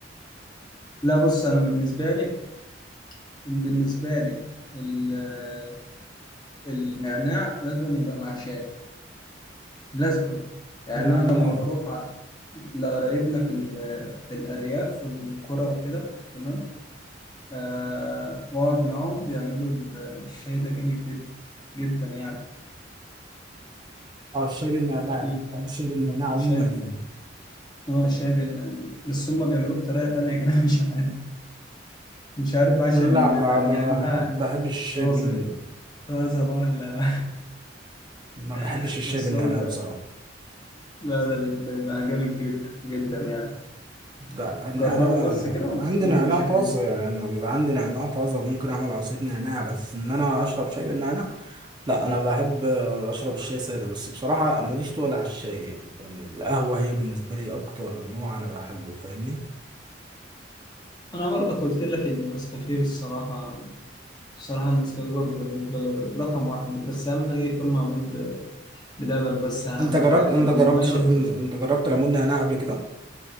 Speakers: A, on the left; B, on the right.
A: لا بص انا بالنسبه لي بالنسبه لي ال- النعناع لازم يبقى مع شاي لازما يعني
B: نعناع
A: انا لما بروح ع- لقرايبنا في ال- في الارياف في القرى وكده تمام آه واقعد معاهم بيعملوا ال- الشاي ده جامد جدا جدا يعني
B: اه الشاي بالنعناع
A: بيبقى
B: بحب الشاي بالنعناع عموما
A: شاي
B: يعني
A: اه شاي بال- بس هم بيعملوه بطريقه تانية كده <laughs> مش عارف مش عارف بقى عشان
B: لا ما
A: بيبقى النعناع
B: بح- بحبش الشاي
A: طازه
B: بال
A: طازه بقى ولا
B: ما بحبش
A: <laughs>
B: الشاي
A: بس
B: بالنعناع
A: هو بيبقى
B: بصراحة
A: لا ده بيبقى بيبقى جامد جدا جدا يعني
B: لا لأن
A: جربوا
B: أنا
A: بس كده
B: عندي
A: ومش
B: نعناع طازة
A: هتندم
B: يعني أنا بيبقى عندي نعناع طازة ممكن أعمل عصير نعناع بس إن أنا أشرب شاي بالنعناع لا أنا بحب أشرب الشاي سادة بس بصراحة أنا ماليش تقل على الشاي يعني فاهم؟ القهوة هي بالنسبة لي أكتر نوع أنا بحبه فاهمني
A: انا برضه قلت لك النسكافيه الصراحه صراحة النسكافيه برضه بالنسبة لي رقم واحد بس أهم حاجة يكون معمول ب- بلبن بس أهم
B: أنت جربت
A: حاجة
B: أنت
A: إنما
B: جربت
A: مية
B: ش...
A: مهبوش
B: أنت جربت ليمون نعناع قبل كده؟